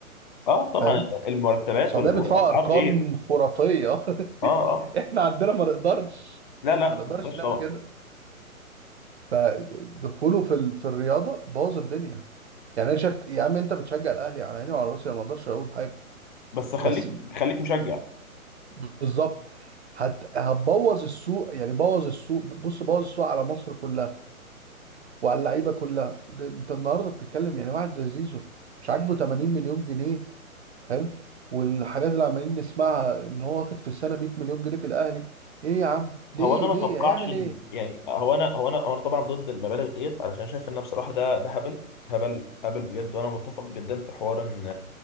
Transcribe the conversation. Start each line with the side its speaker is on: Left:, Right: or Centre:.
Left: اه
Right: فاهم؟
Left: طبعا المرتبات
Right: السعودية
Left: وال...
Right: بتدفع
Left: والاسعار
Right: أرقام
Left: غير
Right: خرافية <laughs>
Left: اه اه
Right: إحنا عندنا ما نقدرش
Left: لا لا
Right: ما نقدرش
Left: ما تقدرش
Right: نعمل
Left: طبعا
Right: كده فدخوله في ال- في الرياضة بوظ الدنيا يعني أنا شفت يا عم أنت بتشجع الأهلي على عيني وعلى راسي أنا ما أقدرش أقول حاجة
Left: بس خليك
Right: بس
Left: خليك مشجع
Right: بالظبط هت... هتبوظ السوق يعني بوظ السوق بص بوظ السوق على مصر كلها وعلى اللعيبه كلها ده انت النهارده بتتكلم يعني واحد زي زيزو مش عاجبه 80 مليون جنيه حلو والحاجات اللي عمالين نسمعها ان هو واخد في السنه 100 مليون جنيه في الاهلي ايه يا عم ليه
Left: هو انا ما
Right: ليه
Left: اتوقعش
Right: هيعمل
Left: ان
Right: ايه
Left: يعني هو انا هو انا هو انا طبعا ضد المبالغ ديت علشان شايف ان بصراحه ده ده هبل هبل هبل بجد وانا متفق جدا في حوار ان